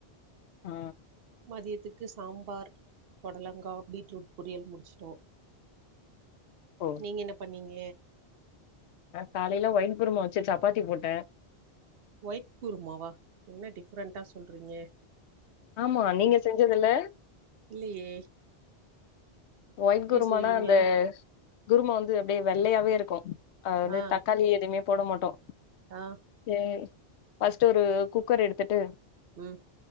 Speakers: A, on the left; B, on the right.
A: ஆ
B: மதியத்துக்கு சாம்பார் பொடலங்கா பீட்ரூட் பொரியல் முடுச்சிட்டோ
A: ஓ
B: நீங்க என்ன பண்ணீங்க
A: நா காலைல ஒயிட் குருமா வச்சு சப்பாத்தி போட்டே
B: ஒயிட் குருமாவா என்ன டிஃப்ரெண்ட்டா சொல்றீங்க
A: ஆமா நீங்க செஞ்சதில்ல
B: இல்லயே
A: ஒயிட் குருமானா
B: செய்வீங்க
A: அந்த குருமா வந்து அப்டியே வெள்ளயாவே இருக்கும் அது வந்து
B: ஆ
A: தக்காளி எதுமே போட மாட்டோ
B: ஆ
A: சேரி‌ ஃபர்ஸ்டு ஒரு குக்கர் எடுத்துட்டு
B: ம்